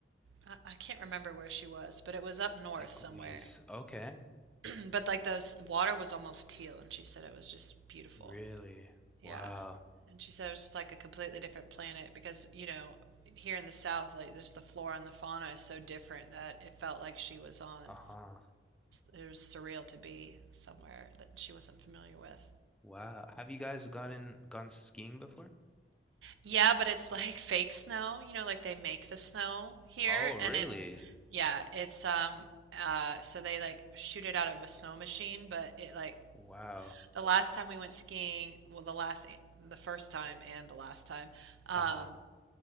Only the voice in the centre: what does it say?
Lake
Louise. Okay.
Really?
Wow.
Uh-huh.
Wow. Have you guys gotten gone skiing before?
Oh, really?
Wow.
Uh,